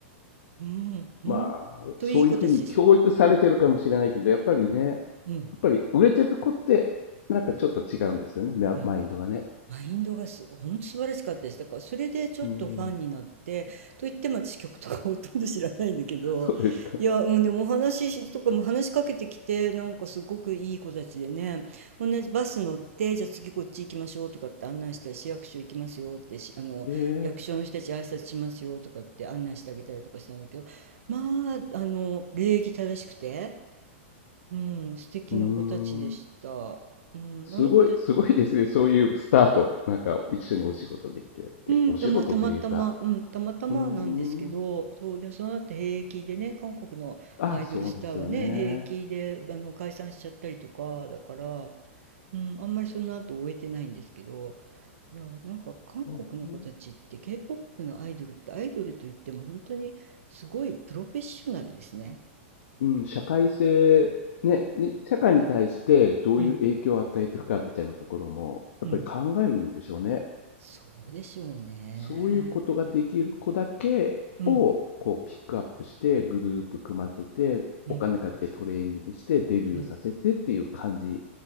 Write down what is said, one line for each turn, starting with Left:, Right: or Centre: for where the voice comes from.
Right: うん、ほんといい子たちでした。
Left: まあ、そういう風に教育されてるかもしれないけど、やっぱりね、やっ
Right: うん、
Left: ぱり売れてる子って、なんかちょっと違うんですよね、ママインドがね。
Right: うん。マインドがす、本当素晴らしかったです。だからそれでちょっとファンになって、
Left: うーん。
Right: と言っても私曲とかほとんど知らないんだけど、
Left: そうですか。
Right: いや、うん、でもお話しとかも話しかけてきて、なんかすごくいい子たちでね、同じバス乗って、じゃあ次こっち行きましょうとかって案内したり、市役所行きますよってし、あの、
Left: へえ。
Right: 役所の人たち挨拶しますよとかって案内してあげたりとかしたんだけど、まあ、あの、礼儀正しくて、うん、素敵な子たちでした。
Left: うーん。
Right: うん、
Left: すごいすごいですね、
Right: あの子たち
Left: そういうスタート。なんか一緒にお仕事できてって、
Right: うん、
Left: お仕事というか、
Right: と、まあ、たまたま、うん、たまたまなんですけど、
Left: うーん。
Right: そう、で、その後平気でね、韓国のアイドルスターはね、
Left: ああ、そうですよね。
Right: 平気で、あの、解散しちゃったりとか、だから、うん、あんまりその後終えてないんですけど、いや、なんか韓国の子たちって
Left: そうね。
Right: K-POP のアイドルってアイドルといっても本当にすごいプロフェッショナルですね。
Left: うん、社会性、ね、に社会に対してどういう影響を与えていくかみたいなところも、
Right: うん、
Left: やっぱり考えるんでしょうね。
Right: うん、そうでしょうね。
Left: そういうことができる子だけを、
Right: うん、
Left: こうピックアップして、グループ組ませて、
Right: うん、
Left: お金かけてトレーニングして、デビューさせてっていう感じ
Right: うん。